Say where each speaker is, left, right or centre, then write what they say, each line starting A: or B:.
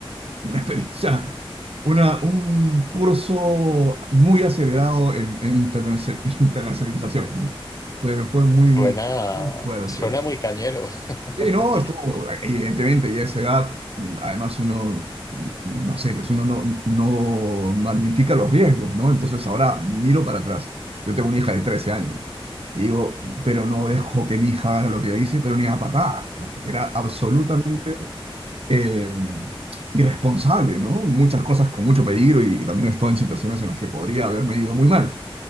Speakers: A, on the right (about 85°); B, on the left (about 35°).
A: una experiencia, una, un curso muy acelerado en, en internacion- <laughs> internacionalización. ¿no? Fue, fue muy
B: Suena,
A: fuerte.
B: suena muy cañero.
A: Sí, no,
B: <laughs>
A: estuvo, evidentemente, ya a esa edad, además uno, no sé, pues uno no, no magnifica los riesgos, ¿no? Entonces ahora miro para atrás. Yo tengo una hija de 13 años. Y digo, pero no dejo que mi hija haga lo que yo hice, pero ni a patada. ¿no? Era absolutamente eh, irresponsable, ¿no? Muchas cosas con mucho peligro y, y también he estado en situaciones en las que podría haberme ido muy mal.